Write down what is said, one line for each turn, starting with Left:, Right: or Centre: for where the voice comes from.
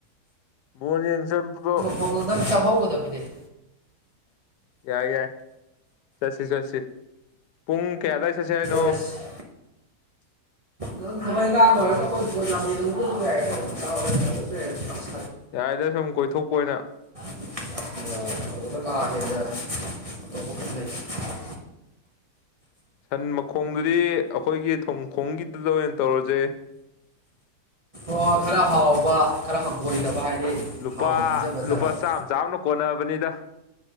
Left: ꯃꯣꯔꯅꯤꯡꯖꯗꯨꯗꯣ
Right: ꯊꯧꯒꯣꯛꯗꯪ ꯆꯥꯍꯧꯒꯗꯕꯕꯤꯅꯦ
Left: ꯌꯥꯏ ꯌꯥꯏ ꯆꯠꯁꯤ ꯆꯠꯁꯤ ꯄꯨꯡ ꯀꯌꯥꯗ꯭ꯋꯥꯏ ꯆꯠꯁꯤ ꯍꯥꯏꯅꯣ
Right: ꯑꯁ ꯅꯪ ꯊꯃꯛ ꯏꯪꯈꯥꯡ ꯑꯣꯏꯔ ꯑꯩꯈꯣꯏ ꯌꯥ <unintelligible>
Left: ꯌꯥꯏꯗ ꯁꯨꯝ ꯀꯣꯏꯊꯣꯛꯄ ꯑꯣꯏꯅ
Right: ꯑ ꯂꯥꯒꯦꯅ ꯂꯩ
Left: ꯁꯟ ꯃꯈꯣꯡꯗꯨꯗꯤ ꯑꯩꯈꯣꯏꯒꯤ ꯊꯣꯡꯈꯣꯡꯒꯤꯗꯨꯗ ꯑꯣꯏꯅ ꯇꯧꯔꯁꯦ
Right: ꯎ ꯈꯔ ꯍꯥꯎꯕ ꯈꯔ ꯍꯪꯒꯣꯏꯗꯕ ꯍꯥꯏꯗꯤ
Left: ꯂꯨꯄꯥ
Right: ꯍꯥꯎꯅ ꯄꯤꯖꯕ
Left: ꯂꯨꯄꯥ
Right: ꯖꯒꯥꯗ
Left: ꯆꯥꯝꯃ ꯆꯥꯅ ꯀꯣꯟꯅꯕꯅꯤꯗ